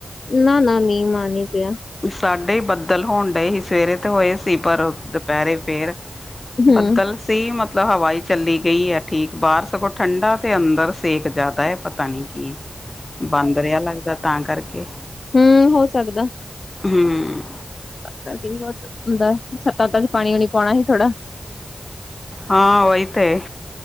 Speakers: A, on the left; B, on the left.
A: ਨਾ-ਨਾ ਮੀਂਹ-ਮਾ ਨੀ ਪਯਾ।
B: ਸਾਡੇ ਈ ਬੱਦਲ ਹੋਣ ਡਏ ਸੀ ਸਵੇਰੇ ਤੇ ਏਸ ਸੀ, ਪਰ ਦਪੈਰੇ ਫੇਰ
A: ਹਮ
B: ਬੱਦਲ ਸੀ ਮਤਲਬ ਹਵਾ ਈ ਚੱਲੀ ਗਈ ਐ ਠੀਕ ਬਾਹਰ ਸਗੋਂ ਠੰਢਾ, ਤੇ ਅੰਦਰ ਸੇਕ ਜ਼ਿਆਦਾ ਏ, ਪਤਾ ਨੀ ਕੀ ਬੰਦ ਰੇਆ ਲੱਗਦਾ ਤਾਂ ਕਾਰਕੇ
A: ਹੂੰ ਹੋ ਸਕਦਾ।
B: ਹੂੰ।
A: ਪਤਾ <unintelligible> ਹੁੰਦਾ ਛੱਤਾ ਤਕ ਪਾਣੀ-ਵਾਣੀ ਪਵਾਣਾ ਸੀ ਥੋੜਾ
B: ਹਾਂ, ਓਈ ਤੇ